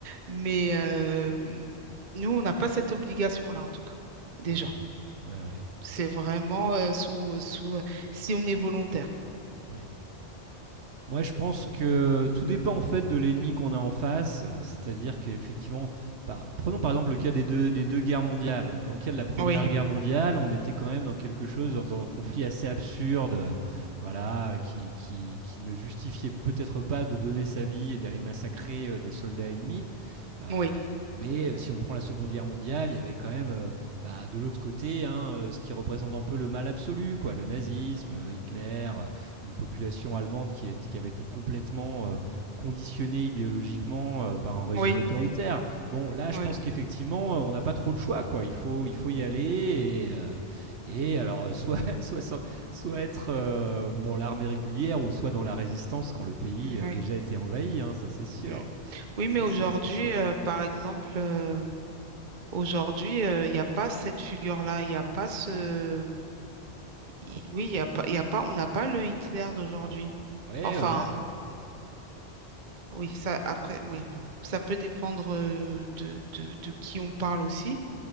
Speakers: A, on the right (about 45°); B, on the right (about 70°).
A: Mais euh, nous, on n'a pas cette obligation-là, en tout cas, déjà.
B: Ouais, ouais, ouais,
A: C'est vraiment euh, sous, sous, euh, si on est volontaire.
B: ouais. Moi, je pense que tout dépend en fait de l'ennemi qu'on a en face. C'est-à-dire qu'effectivement, par- prenons par exemple le cas des deux, des deux guerres mondiales. Dans le cas de la Première
A: Oui,
B: Guerre mondiale, on était quand même dans quelque chose, dans, dans un conflit assez absurde, euh, voilà, qui, qui, qui ne justifiait peut-être pas de donner sa vie et d'aller massacrer euh, des soldats ennemis. Euh,
A: oui,
B: mais euh, si on prend la Seconde Guerre mondiale, il y avait quand même euh, bah, de l'autre côté hein, euh, ce qui représente un peu le mal absolu, quoi, le nazisme, euh, Hitler, euh, une population allemande qui, est- qui avait été complètement euh, conditionnée idéologiquement euh, par un régime
A: oui,
B: autoritaire. Bon, là,
A: oui,
B: je pense qu'effectivement, euh, on n'a pas trop de choix, quoi. Il faut, il faut y aller et, euh, et alors euh, soit, <laughs> soit, s'en- soit être euh, dans l'armée régulière ou soit dans la résistance quand le pays
A: oui.
B: a déjà été envahi, hein, ça c'est sûr,
A: mm. Oui,
B: c'est
A: mais aujourd'hui,
B: sûr, c'est sûr.
A: euh, par exemple, euh, Aujourd'hui, euh, il n'y a pas cette figure-là, il n'y a pas ce... i- Oui, il y a pas, il y a pas, on n'a pas le Hitler d'aujourd'hui.
B: Ouais,
A: Enfin,
B: voilà.
A: oui, ça, après, oui, bon, ça peut dépendre euh, de, de, de qui on parle aussi.